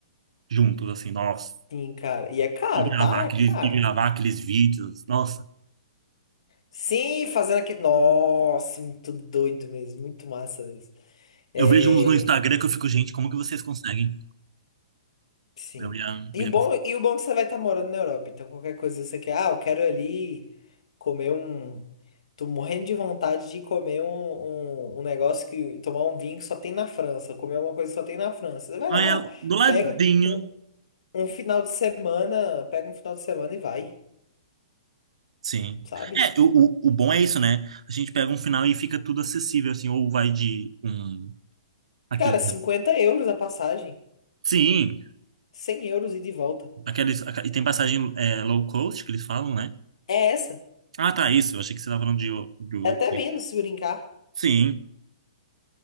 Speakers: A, on the right; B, on the left.
A: juntos, assim, nossa.
B: Sim, cara. E é caro,
A: E gravar
B: tá?
A: aqueles,
B: É caro.
A: e gravar aqueles vídeos, nossa.
B: Sim, fazendo aqui. Nossa, muito doido mesmo. Muito massa mesmo. É.
A: Eu vejo uns no Instagram que eu fico, gente, como que vocês conseguem?
B: Sim.
A: Eu ia,
B: E
A: eu ia
B: o bom,
A: conseguir.
B: e o bom é que você vai estar morando na Europa, então qualquer coisa você quer, ah, eu quero ali comer um. Tô morrendo de vontade de comer um, um, um negócio que. Tomar um vinho que só tem na França, comer alguma coisa que só tem na França. Você vai
A: Ah,
B: lá,
A: é do ladinho.
B: pega um, um final de semana, pega um final de semana e vai,
A: Sim.
B: sabe?
A: É, o, o, o bom é isso, né? A gente pega um final e fica tudo acessível, assim, ou vai de um... Aquele...
B: Cara, 50 euros a passagem,
A: Sim,
B: 100 euros e de volta.
A: aqueles, aca- e tem passagem é, low cost que eles falam, né?
B: É essa.
A: Ah, tá, isso. Eu achei que você estava falando de, o- do.
B: É até menos se brincar.
A: Sim.